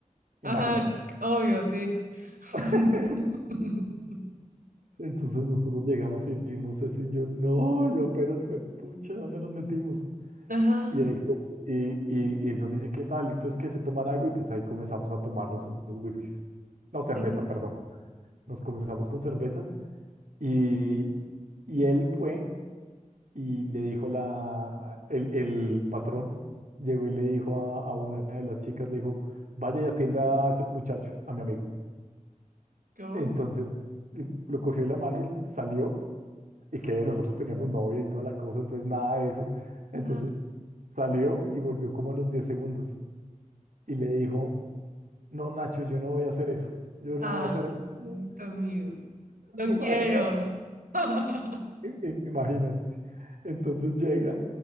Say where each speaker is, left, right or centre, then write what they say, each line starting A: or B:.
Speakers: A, on the right; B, on the right.
A: imagínate.
B: ajá, obvio, sí. <laughs>
A: <laughs> Entonces nosotros llegamos y vimos eso y yo, no, yo apenas fue, pucha, ¿dónde nos metimos?
B: Ajá.
A: Y él, co- y, y, y él nos dice, ¿qué tal? Entonces, que se toman algo? Y pues ahí comenzamos a tomarnos unos whiskies. No, cerveza,
B: ujú,
A: perdón. Nos comenzamos con cerveza y, y él fue y le dijo la, el, el patrón, llegó y le dijo a, a una de las chicas, le dijo, vaya y atienda a ese muchacho, a mi amigo.
B: yo,
A: Entonces, l- lo cogió de la mano y salió y que nosotros teníamos novia y toda la cosa, entonces nada de eso. Entonces
B: ajá,
A: salió y volvió como a los 10 segundos y le dijo, no, Nacho, yo no voy a hacer eso, yo
B: Ay,
A: no voy a hacer eso. <laughs>
B: tu amigo. Lo quiero.
A: Imagina-
B: <laughs>
A: i- Imagínate. Entonces llega